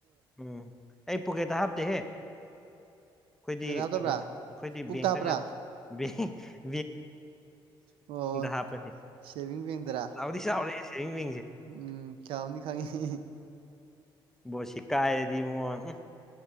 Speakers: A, in the centre; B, on the right (about 80°).
A: ꯎꯝ ꯑꯩ ꯄ‌ꯣꯛꯀ‌ꯦꯠꯇ ꯍꯥꯞ ꯇ‌ꯦꯍ‌ꯦ ꯑꯩꯈꯣꯏꯗꯤ
B: ꯄꯣꯀꯦꯠ ꯍꯥꯞꯇꯕ꯭ꯔꯥ
A: ꯀꯩꯅꯣꯅꯦ ꯑꯩꯈꯣꯏꯗꯤ
B: ꯄꯨꯛꯇ
A: ꯕꯦꯡꯇ
B: ꯍꯥꯞꯄ꯭ꯔꯥ
A: ꯉꯥꯛ ꯕꯦꯡ <unintelligible>
B: ꯑꯣ
A: ꯍꯥꯞꯄꯅꯤ
B: ꯁꯦꯚꯤꯡ ꯕꯦꯡꯗꯔꯥ
A: ꯆꯥꯎꯗꯤ ꯆꯥꯎꯔꯦ ꯁꯦꯚꯤꯡ ꯕꯦꯡꯁꯦ
B: ꯎꯝ ꯆꯥꯎꯅꯤ ꯈꯪꯉꯤ
A: ꯕ‌ꯣꯁꯤ ꯀꯥꯏꯔꯗꯤ ꯏꯕꯨꯡꯉ‌ꯣ